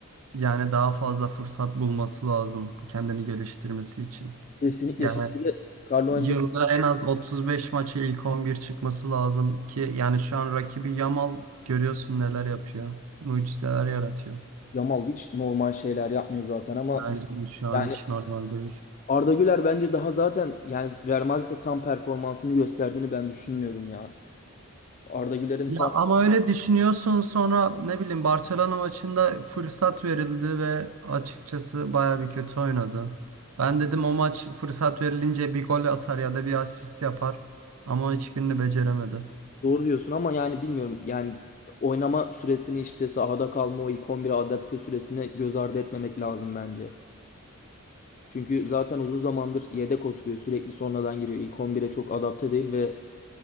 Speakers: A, on the right; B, on the left.
A: yani daha fazla fırsat bulması lazım kendini geliştirmesi için.
B: Kesinlikle
A: Yani
B: şimdi de Carlo
A: yılda en az 35 maça ilk 11 çıkması lazım ki yani şu an rakibi Yamal görüyorsun neler yapıyor. Mucizeler yaratıyor.
B: Yamal hiç normal şeyler yapmıyor zaten ama
A: Bence de şu an
B: yani
A: hiç normal değil.
B: Arda Güler bence daha zaten yani Real Madrid'de tam performansını gösterdiğini ben düşünmüyorum ya. Arda Güler'in
A: Ya
B: tam
A: ama öyle düşünüyorsun sonra ne bileyim Barcelona maçında fırsat verildi ve açıkçası baya bir kötü oynadı. Ben dedim o maç fırsat verilince bir gol atar ya da bir asist yapar ama hiçbirini beceremedi.
B: doğru diyorsun ama yani bilmiyorum yani oynama süresini işte sahada kalma o ilk 11'e adapte süresini göz ardı etmemek lazım bence. Çünkü zaten uzun zamandır yedek oturuyor sürekli sonradan giriyor ilk 11'e çok adapte değil ve